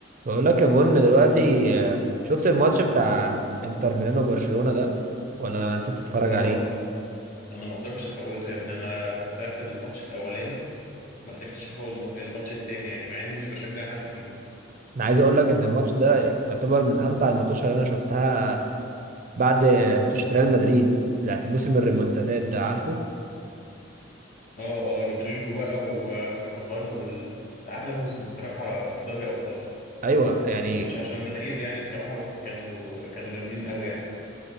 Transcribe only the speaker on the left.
اه
انا ما اقدرش افوته يا ابني انا من ساعه الماتش الاولاني ما قدرتش افوت الم- الماتش التاني يعني مع اني مش بشجع حد فيهم
اه اه رودريجو بقى وكارفاخال وال ده احلى موسم بصراحه دوري ابطال
مش عشان مدريد يعني بصراحه بس كانوا كانوا جامدين قوي يعني